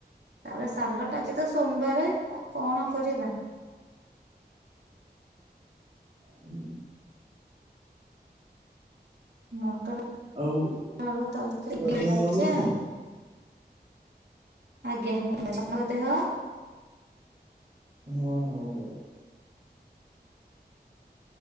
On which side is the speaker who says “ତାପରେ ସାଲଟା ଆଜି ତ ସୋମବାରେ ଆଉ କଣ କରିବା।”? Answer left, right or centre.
Right